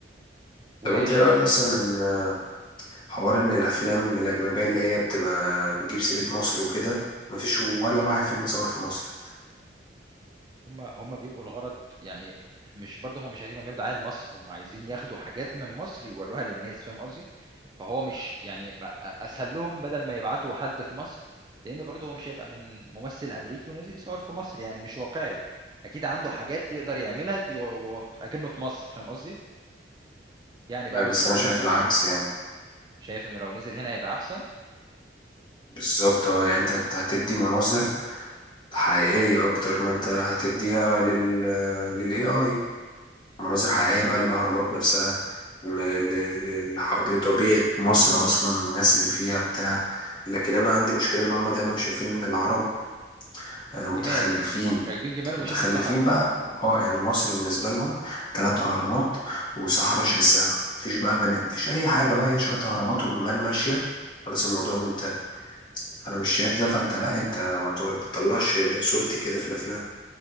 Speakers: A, on the right; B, on the left.
A: وشا
B: طب انت ايه رايك اصلا حوار ان الافلام الاجنبيه اللي هي بتبقى بتجيب سيره مصر وكده مفيش ولا واحد فيهم متصور في مصر
A: هم هم بيبقوا الغرض يعني مش برضه هم مش عايزين يعملوا دعاية لمصر هم عايزين ياخدوا حاجات من مصر يوروها للناس فاهم قصدي فهو مش يعني بقى اسهل لهم بدل ما يبعتوا حد في مصر لان برضه هو مش هيبقى من ممثل امريكي ونازل يصور في مصر يعني مش واقعي اكيد عنده حاجات يقدر يعملها ت- و- و- اكنه في مصر فاهم قصدي يعني بقى
B: آه،
A: من
B: بس
A: تجربة
B: انا شايف
A: التصوير
B: العكس يعني
A: شايف انه لو نزل هنا هيبقى احسن
B: بالظبط اه يعني انت هت- هتدي مناظر حقيقيه اكتر ما انت هتديها لل للاي اي مناظر
A: م.
B: حقيقيه بقى للاهرامات نفسها م- ل- للح- لطبيعه مصر اصلا الناس اللي فيها بتاع لكن انا عندي مشكله ان هم دايما شايفين ان العرب آه، متخلفين
A: جمال راكبين جمال وماشيين
B: متخلفين
A: في الصحراء
B: بقى اه يعني مصر بالنسبة لهم ثلاث أهرامات وصحراء شاسعة مفيش بقى بني مفيش أي حاجة بقى هي شوية أهرامات وجمال ماشية خلاص الموضوع منتهي فأنا مش شايف ده فأنت لا أنت ما تور- ما تطلعش صورتي كده في الأفلام